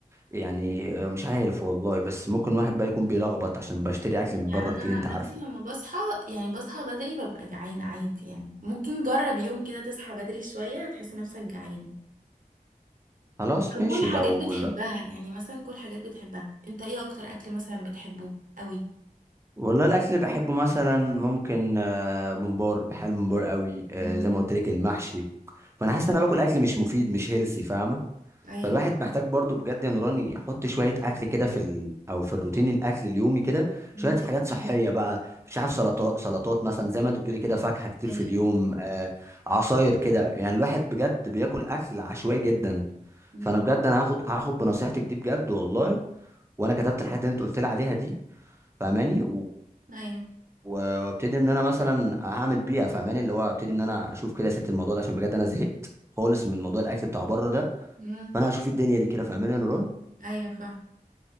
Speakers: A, on the right; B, on the right.
A: يعني آه، مش عارف والله بس ممكن واحد بقى يكون بيلخبط عشان بشتري اكل من
B: يعني
A: بره
B: أنا
A: كتير انت
B: عن
A: عارفه
B: نفسي لما بصحى يعني بصحى بدري ببقى جعان عادي يعني ممكن جرب يوم كده تصحى بدري شوية هتحس نفسك جعان
A: خلاص
B: أو كل
A: ماشي
B: حاجات
A: لو
B: بتحبها
A: لا.
B: يعني مثلا كل حاجات بتحبها انت ايه اكتر اكل مثلا بتحبه قوي
A: والله الاكل اللي بحبه مثلا ممكن آه، ممبار بحب الممبار قوي آه،
B: امم
A: زي ما قلت لك المحشي فانا حاسس ان انا باكل اكل مش مفيد مش هيلسي فاهمه
B: ايوه
A: فالواحد محتاج برضو بجد يا نوران يحط شوية أكل كده في ال... أو في الروتين الأكل اليومي كده
B: امم
A: شوية حاجات صحية بقى مش عارف سلطات سلطات مثلا زي ما أنت بتقولي كده فاكهة كتير
B: ايوه
A: في اليوم آه عصاير كده يعني الواحد بجد بياكل أكل عشوائي جدا
B: امم
A: فأنا بجد أنا هاخد هاخد بنصيحتك دي بجد والله وأنا كتبت الحاجات اللي أنت قلت لي عليها دي فاهماني و...
B: ايوه
A: وابتدي ان انا مثلا هعمل بيها فاهماني اللي هو ابتدي ان انا اشوف كده يا ست الموضوع ده عشان بجد انا زهقت خالص من موضوع الاكل بتاع بره ده
B: امم
A: فانا هشوف الدنيا دي كده فاهماني يا نوران
B: ايوه فاهم